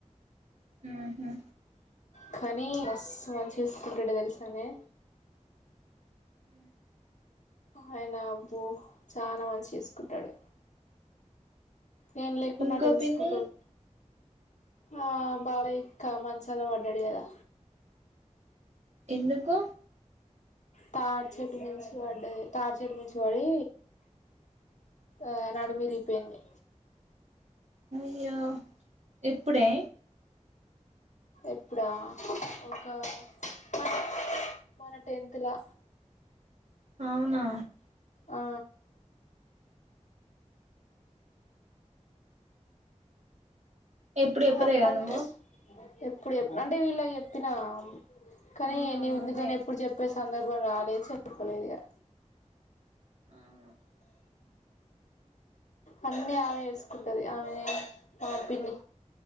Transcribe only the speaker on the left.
కానీ మస్తు మంచి చూసుకుంటాడు తెలుసానే
ఆయన అబ్బో చాలా మంచి చూసుకుంటాడు నేను లేకుంన్నటు
చూసుకుంటడు
ఆ బాబాయ్ ఇక్క మంచాల పడ్డాడు కదా
తాడు చెట్టు మించు వడ్డది తాడు చెట్టుమించు వడి ఆ నడుము విరిగిపోయింది
ఎప్పుడ ఒక మా మన టెన్త్ లా
ఆ
అప్పటి
నుంచి ఎప్పుడు అంటే వీళ్ళకు చెప్పినా కానీ
ని
నీతోని ఎప్పుడు చెప్పే సందర్భం రాలేదు చెప్పులేదిగా
అన్నీ ఆమె చూస్కుంటుంది ఆమె ఆ పిన్ని